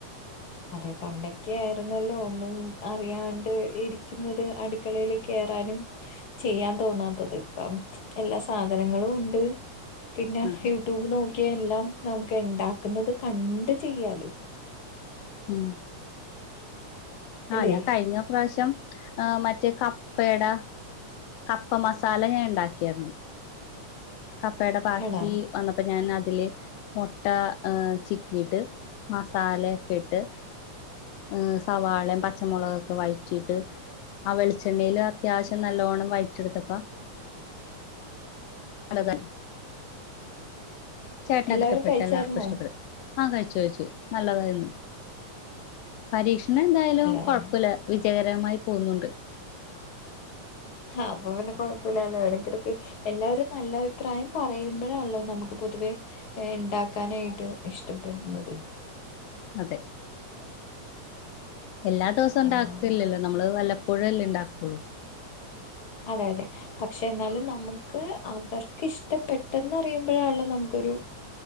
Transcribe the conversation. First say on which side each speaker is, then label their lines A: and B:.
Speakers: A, on the left; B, on the left.
A: അതെ പണ്ടൊക്കെ ആയിരുന്നല്ലോ ഒന്നും അറിയാണ്ട് ഇരിക്കുന്നത് അട് അടുക്കളയിൽ കയറാനും ചെയ്യാൻ തോന്നാത് ഇപ്പം എല്ലാ സാധനങ്ങളും ഉണ്ട്. പിന്നെ
B: അതെ
A: യൂട്യൂബ് നോക്കി എല്ലാം നമുക്ക് ഉണ്ടാക്കുന്നത് കണ്ട് ചെയ്യാലോ
B: ഉം ആഹ
A: അല്ലെ
B: ഞാൻ കഴിഞ്ഞ പ്രാവശ്യം മറ്റേ കപ്പടെ കപ്പ മസാല ഞാൻ ഇണ്ടാക്കിയരുന്നു കപ്പയുടെ ബാക്കി
A: ആടാ
B: വന്നപ്പോ ഞാൻ അതില് മുട്ട ചിക്കിയിട്ട് മസാലയൊക്കെ ഇട്ട് ഹ്സവാള ഉള്ളിപച്ചമുളകൊക്കെ വഴറ്റിട്ട് ആ വെളിച്ചെണ്ണയിൽ അത്യാവശ്യം നല്ലോണ്ണം വഴറ്റെടുത്തപ്പോ നല്ലതാണ് ചേട്ടനക്ക്
A: എല്ലാവരും
B: ഇഷ്ടപ്പെട്ട്
A: കഴിച്ചായിരുന്നോ
B: എല്ലാർക്കും ഇഷ്ടപ്പെടും ആഹ കഴിച്ചു കഴിച്ചു നല്ലതായിന്ന് പരീക്ഷണ എന്തായാലും
A: അല്ല
B: കൊഴപ്പ ഇല്ല വിജയകരമായി പോകുന്നുണ്ട്
A: ആ അപ്പൊ പിന്നെ
B: എല്ലാവരും
A: കൊഴപ്പില്ലല്ലോ
B: നല്ല അഭിപ്രായം
A: ഇടക്കിടയ്ക്ക് എല്ലാവരും നല്ല
B: പറയുന്നതാണ്
A: അഭിപ്രായം പറയുമ്പോഴാല്ലോ നമുക്ക് പൊതുവേ ഇണ്ടാക്കാനായിട്ട്
B: നമുക്ക്
A: ഇഷ്ടപ്പെടുന്നത്
B: പൊതുവെ ഉണ്ടാക്കാനായിട്ട് ഇഷ്ടപ്പെടും അതെ
A: <inaudible>
B: എല്ലാ ദിവസവും ഉണ്ടാക്കില്ലല്ലോ
A: ആഹ്
B: നമ്മള് വല്ലപ്പോഴേ അല്ലേ ഉണ്ടാക്കു ഉള്ളൂ
A: അതെ അതെ പക്ഷെ എന്നാലും നമുക്ക് അവർക്ക് ഇഷ്ടപ്പെട്ടെന്ന് അറിയുമ്പോഴാല്ലോ നമുക്കൊരു